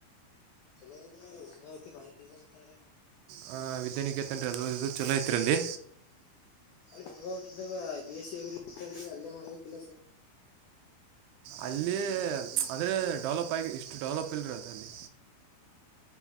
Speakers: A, on the left; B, on the right.
A: ಲವಾಲ್ರಿ ಹಂಗ ಹತ್ತ ಬಾರಿಗ ತಾರ
B: ಹ ವಿದ್ಯಾನಿಕೇತನ್ರಿ ಅ ಇದು ಚಲೋ ಐತ್ರಿ ಅಲ್ಲಿ
A: ಅಲ್ಲಿ ಗಂಗಾವಂತದಾಗ ಬಿಸಿಯಗರು ಇತ್ತಲ್ರರಿ ಅಲ್ಲೇ ಮಾಡ್ಬೇಕಿಲ್ಲ ಸುಮ್ಮನೆ
B: ಅಲ್ಲಿ ಅಂದರೆ ಡೆವಲಪ ಆಗಿ ಇಷ್ಟು ಡೆವಲಪ್ ಇಲ್ರಿ ಅದಲ್ಲಿ